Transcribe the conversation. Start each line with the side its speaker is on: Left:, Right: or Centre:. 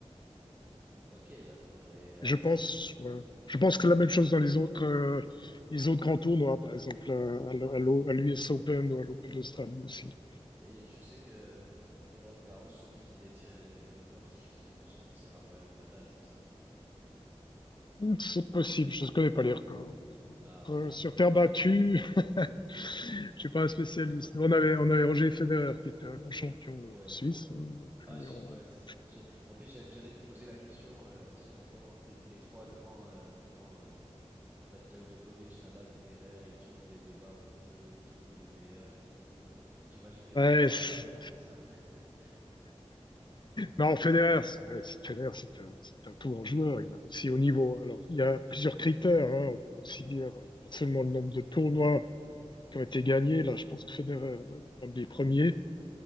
Right: Ok, d'accord. Et euh,
Left: Je pense,
Right: j-
Left: ouais. Je pense
Right: j-
Left: que la même chose dans les autres, euh, les autres grands tournois, par exemple euh, à l'- à l'O- à l'US Open ou à l'Open d'Australie aussi.
Right: Et je sais que hum, le Roland Garros, celui qui détient les, les records, je- il me semble, c'est Rafael Nadal, c'est ça?
Left: C'est possible, je ne connais pas les records.
Right: Ah, ok.
Left: Euh, sur terre battue, <laughs> je suis pas un spécialiste. Nous, on avait, on avait Roger Federer qui était un grand champion
Right: Ouais.
Left: euh, suisse, hein, donc lui,
Right: Ah, j'ai-
Left: on-
Right: ouais,
Left: euh,
Right: c'est ça. Je- En plus, j'a- j'allais te poser la question, euh, selon toi, entre les trois grands, euh, grands, euh, en fait, Djo- Djokovic, Nadal, Federer, il y a toujours des débats autour d'eux, qui est le meilleur, qui est le plus grand. J'imagine que
Left: ouais,
Right: pour toi,
Left: c'est-
Right: la réponse est simple. <laughs>
Left: non, Federer, c'est ouais, c'est- Federer, c'est un, c'est un tout grand joueur, il a aussi au niveau.
Right: Ouais.
Left: Alors, il y a plusieurs critères, hein, on peut aussi dire, euh, pas seulement le nombre de tournois, qui ont été gagnés. Là, je pense que Federer doit être un des premiers.